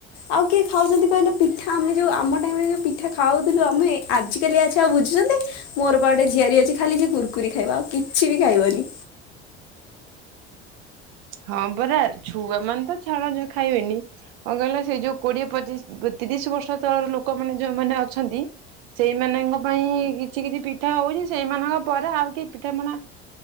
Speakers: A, on the left; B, on the right.
A: ଆଉ କିଏ ଖାଉଛନ୍ତି କହିଲେ ପିଠା ଆମେ ଯଉ ଆମ ଟାଇମରେ ଯଉ ପିଠା ଖାଉଥିଲୁ ଆମେ ଆଜିକାଲିକା ଛୁଆ ଆଉ ବୁଝୁଛନ୍ତି। ମୋର ବା ଗୋଟେ ଝିଆରି ଅଛି ଖାଲି ସେ କୁର୍କୁୀରି ଖାଇବ ଆଉ କିଛି ବି ଖାଇବନି।
B: ହଁ ପରା ଛୁଆ ମାନେ ତ ଛାଡ ଖାଇବେନି। କଣ କହିଲ ସେଇ ଯୋଉ କୋଡିଏ ପଚିଶ ତିରିଶ ବର୍ଷ ତଳର ଲୋକମାନେ ଯୋଉମାନେ ଅଛନ୍ତି ସେଇମାନଙ୍କ ପାଇଁ କିଛି କିଛି ପିଠା ହେଉଛି ସେଇମାନଙ୍କ ପରେ ଆଉ କେହି ପିଠାପଣା